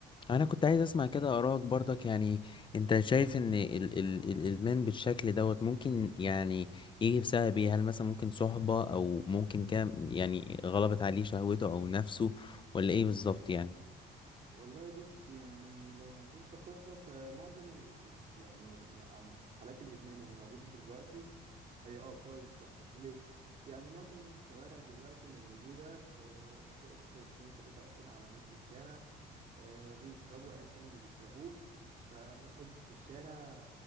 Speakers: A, on the left; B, on the right.
A: انا كنت عايز اسمع كده ارائك برضك يعني انت شايف ان ال ال الادمان بالشكل دوت ممكن يعني يجي بسبب ايه هل مثلا ممكن صحبه او ممكن كده يعني غلبت عليه شهوته او نفسه ولا ايه بالظبط يعني
B: والله بص يعني لو هنقول كصحبة فمعظم ال... يعني مع- حالات الإدمان اللي موجودة دلوقتي هي اه بسبب الصحبة ليه؟ يعني معظم الشوارع دلوقتي اللي موجودة أه تلاقي مثلا اتنين تلاتة واقفين على نص الشارع أه بيشربوا أيا كان اللي بيشربوه فواحد في الشارع